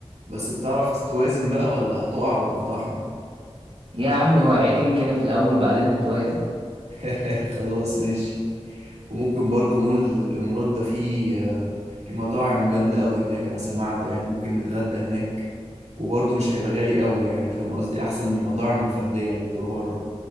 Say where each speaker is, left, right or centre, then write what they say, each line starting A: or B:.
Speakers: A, on the right (about 75°); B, on the right (about 55°).
A: بس بتعرف تتوازن بقى ولا هتقع وتفضحنا
B: يا عمي وقعتين كده في الاول بعدين نتوازن
A: <laughs> خلاص ماشي وممكن برضو مول الإمارات ده فيه آه، في مطاعم جامدة أوي هناك أنا سمعت يعني ممكن نتغدى هناك وبرضو مش هيبقى غالي أوي يعني فاهم قصدي أحسن من المطاعم الفردية اللي بتبقى بره